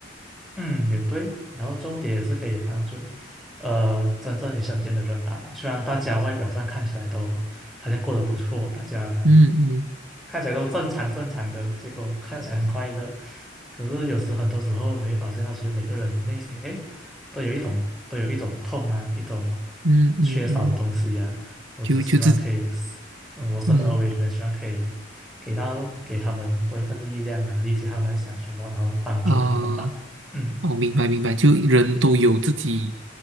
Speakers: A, in the centre; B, on the right (about 80°).
A: 嗯，也对，然后重点也是可以帮助，呃，真正你身边的人吧。虽然大家外表上看起来都好像过得不错，大家
B: 嗯嗯
A: 看起来都正常正常的，结果看起来很快乐。可是有时很多时候你会发现到，其实每个人的内心，哎，都有一种都有一种痛啊，一种
B: 嗯嗯嗯，
A: 缺少的东西啊。我只希望可以，
B: 就就这
A: 嗯，我生而为人，
B: 嗯
A: 希望可以给到给他们多一份力量啊，理解他们在想什么，然后帮助他们吧。
B: 啊。呃
A: 嗯
B: 哦，明白明白，就人都有自己